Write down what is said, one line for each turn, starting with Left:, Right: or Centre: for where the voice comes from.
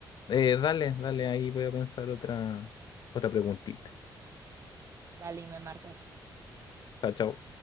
Left: Eh, dale, dale, ahí voy a pensar otra, otra preguntita.
Right: Dale y me marcas.
Left: Chao, chao.